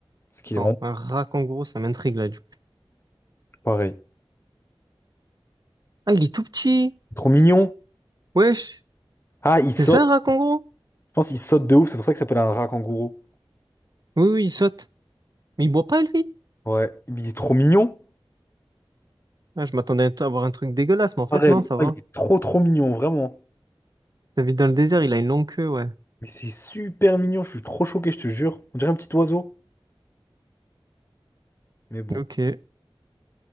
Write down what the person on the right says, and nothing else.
Attends,
un rat kangourou, ça m'intrigue là du coup.
Ah, il est tout petit.
Wesh,
c'est ça un rat kangourou?
Oui, oui, il saute. Mais il boit pas lui.
Ah, je m'attendais à avoir un truc dégueulasse, mais en fait
non, ça va.
Ça vit dans le désert, il a une longue queue, ouais.
Ok,